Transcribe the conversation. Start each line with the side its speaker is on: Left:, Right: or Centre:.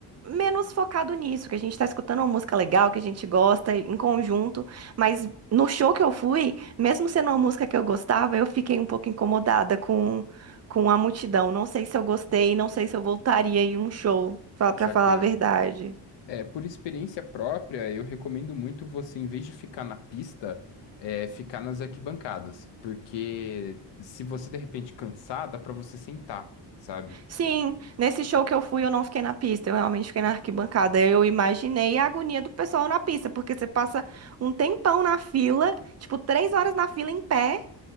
Right: menos focado nisso, que a gente tá escutando uma música legal, que a gente gosta em conjunto, mas no show que eu fui, mesmo sendo uma música que eu gostava, eu fiquei um pouco incomodada com, com a multidão. Não sei se eu gostei, não sei se eu voltaria em um show, fa- pra
Left: Saquei.
Right: falar a verdade.
Left: É, por experiência própria, eu recomendo muito você, em vez de ficar na pista, é, ficar nas arquibancadas, porque se você de repente cansar, dá pra você sentar, sabe?
Right: Sim, nesse show que eu fui, eu não fiquei na pista, eu realmente fiquei na arquibancada. Eu imaginei a agonia do pessoal na pista, porque você passa um tempão na fila, tipo, três horas na fila em pé,